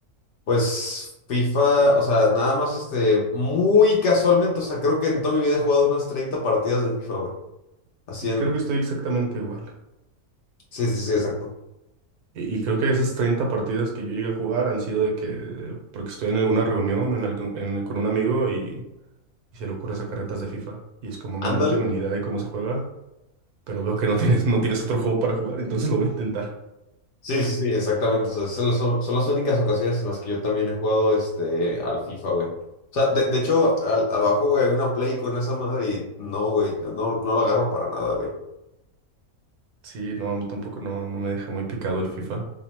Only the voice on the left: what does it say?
Pues FIFA, o sea, nada más este, muy casualmente, o sea, creo que en toda mi vida he jugado unas 30 partidas de FIFA, güey. Así en...
Sí, sí, sí, exacto.
Ándale.
Sí, sí, sí, exactamente. O sea, son, son- son las únicas ocasiones en las que yo también he jugado este, al FIFA, güey. O sea, de, de hecho, al- abajo, güey, hay una Play con esa madre y no, güey, yo no, no lo agarro para nada, güey.